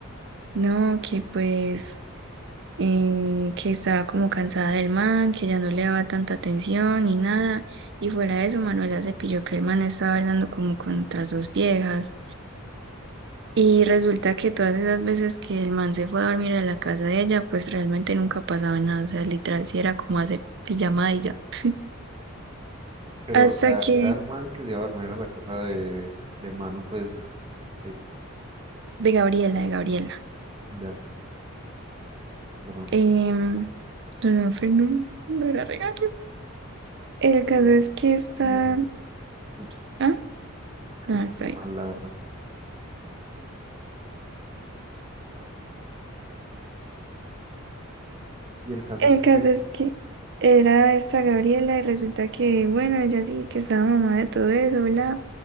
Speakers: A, on the right; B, on the right.
A: no, que pues eh, que estaba como cansada del man, que ya no le daba tanta atención ni nada. Y fuera de eso, Manuela se pilló que el man estaba hablando como con otras dos viejas. Y resulta que todas esas veces que el man se fue a dormir a la casa de ella, pues realmente nunca pasaba nada. O sea, literal, sí era como hacer pijamada y ya. <laughs>
B: Pero,
A: Hasta
B: o sea,
A: que,
B: era el man que se iba a dormir a la casa de, de Manu, pues. Sí,
A: de Gabriela, de Gabriela.
B: ya, perdón.
A: Em, no, no, fue- no, no era regalo. El caso
B: eh,
A: es que está...
B: Entendí mal. Ups,
A: Ah,
B: es
A: no,
B: que entendí
A: está bien.
B: mal, la verdad. Y el caso
A: El
B: es que,
A: caso es que era esta Gabriela y resulta que, bueno, ella sí que estaba mamá de todo eso, bla.